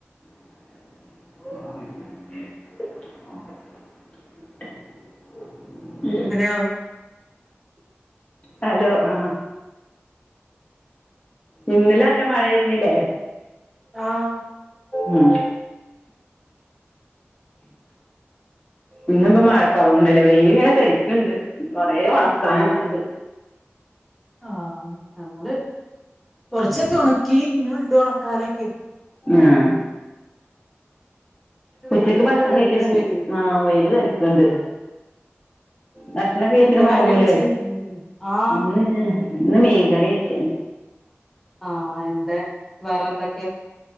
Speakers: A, on the left; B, in the centre.
A: <inaudible>
B: ഹലോ
A: ഹലോ ആഹ് ഇന്നലെ നല്ല മഴ ആയിരുന്നില്ലേ?
B: ആഹ്
A: ഉം ഇന്ന് ഇപ്പൊ മഴ കൊറവുണ്ടല്ലേ വെയില് ഇങ്ങനെ തെരിക്ക്ണ്ട് കോറേ ഒണ ക്കാനോക്കെണ്ട്
B: ആഹ് ആഹ് ഞങ്ങള് കൊർച്ചൊക്കെ ഒണക്കി ഇഞ്ഞും ഇണ്ട് ഒണക്കാനൊക്കെ
A: ആഹ്
B: വെയില്
A: ഉച്ചക്ക്
B: ഇങ്ങനെ
A: ഭക്ഷണം
B: തെറിച്ച്
A: കഴിച്ചിട്ട്
B: വരുന്നു
A: ആഹ്
B: ഇന്ന്
A: വെയില് തെരിക്ക്ണ്ട് ഭഷ്ണം കഴിച്ചിട്ട്
B: എന്താ
A: മയങ്ങൂലേ
B: കറി വെച്ച് ആഹ്
A: ഇന്ന് ഇന്ന് മീൻകറിയാ വെച്ച
B: ആഹ് എന്താ വേറെ എന്തോക്കെ?